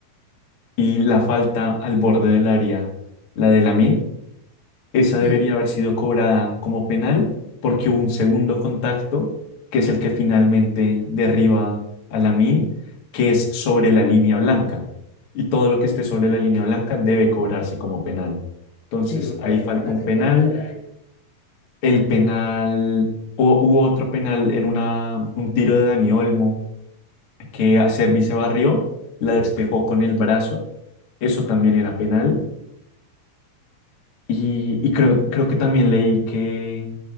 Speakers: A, on the left; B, on the left.
A: Y la falta al borde del área, la de Lamine, esa debería
B: sí,
A: haber sido cobrada como penal porque hubo un segundo contacto, que es el que finalmente derriba a Lamine, que es sobre la línea blanca. Y todo lo que esté sobre la línea blanca debe cobrarse como penal. Entonces,
B: sí, porque
A: ahí
B: la línea
A: falta
B: blanca
A: un penal.
B: es parte del área.
A: El penal, o hubo otro penal en una, un tiro de Dani Olmo que a Servi se barrió, la despejó con el brazo. Eso también era penal. Y, y creo, creo que también leí que,